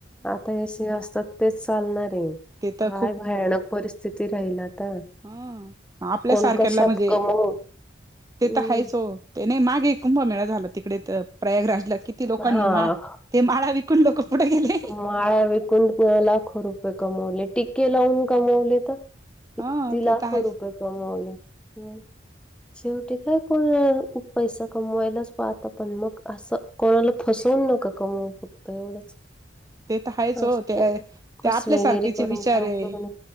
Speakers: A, in the centre; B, on the right.
A: आता हेच हे असतात तेच चालणार हे,
B: ते तर
A: काय भयानक परिस्थिती राहील आता.
B: हम्म, आपल्या
A: कोण
B: सारख्याला
A: कशात
B: म्हणजे,
A: कमवू
B: ते
A: हं,
B: तर हायच हो. ते नाही मागे एक कुंभमेळा झाला, तिकडे प्रयागराजला, किती लोकांनी
A: हां.
B: माळ ते माळा विकून लोकं पुढे गेले
A: माळ्या विकून लाखो रुपये कमवले, टिक्के लावून कमवले त. किती
B: ह ते
A: लाखो
B: तर आहेच
A: रुपय कमवले,, मग. शेवटी काय कोण पैसा कमवायलाच पाहतं पण मग असं कोणाला फसवून नका कमवू फक्त एवढच.
B: ते तर आहेच हो
A: असतात,
B: ते ते
A: फसवेगिरी
B: आपल्यासारखेचे
A: करून
B: विचार
A: पोट
B: आहे
A: भरून